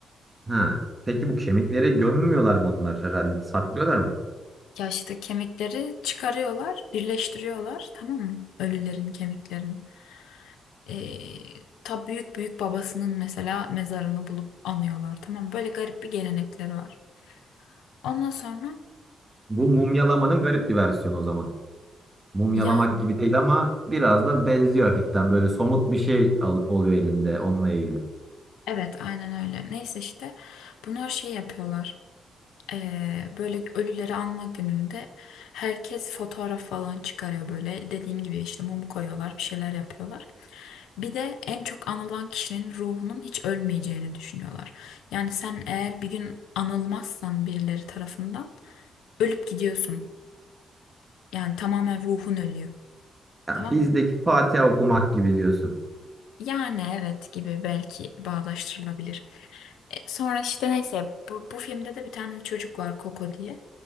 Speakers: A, on the right; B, on the left.
A: Ha. Peki bu kemikleri gömmüyorlar mı onlar herhalde? Saklıyorlar mı?
B: Ya işte kemikleri çıkarıyorlar, birleştiriyorlar, tamam mı? Ölülerin kemiklerini. Ee, ta büyük büyük babasının mesela mezarını bulup anıyorlar, tamam mı? Böyle garip bir gelenekleri var. Ondan sonra
A: Bu mumyalamanın garip bir versiyonu o zaman. Mumyalamak
B: yani
A: gibi değil ama biraz da benziyor hafiften. Böyle somut bir şey al- oluyor elinde onunla ilgili.
B: evet aynen öyle. Neyse işte bunlar şey yapıyorlar. Ee, böyle ölüleri anma gününde herkes fotoğraf falan çıkarıyor böyle. Dediğim gibi işte mum koyuyorlar, bir şeyler yapıyorlar. Bir de en çok anılan kişinin ruhunun hiç ölmeyeceğini düşünüyorlar. Yani sen eğer bir gün anılmazsan birileri tarafından ölüp gidiyorsun. Yani tamamen ruhun ölüyor.
A: Ya
B: Tamam
A: bizdeki
B: mı?
A: Fatiha okumak gibi diyorsun.
B: Yani evet gibi belki bağdaştırılabilir. E, sonra işte neyse bu, bu filmde de bir tane çocuk var Coco diye.